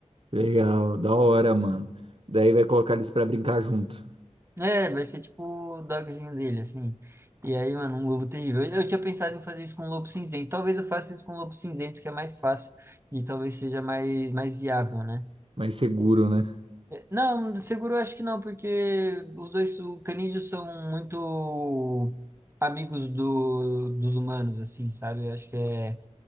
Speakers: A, on the right; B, on the right.
A: legal, da hora, mano. Daí vai colocar eles pra brincar junto.
B: É, vai ser tipo o dogzinho dele, assim. E aí, mano, um lobo terrível. Eu, eu tinha pensado em fazer isso com um lobo cinzento. Talvez eu faça isso com um lobo cinzento, que é mais fácil. E talvez seja mais, mais viável, né?
A: Mais seguro, né?
B: Não, seguro eu acho que não, porque os dois o canídeos são muito amigos do, dos humanos, assim, sabe? Eu acho que é,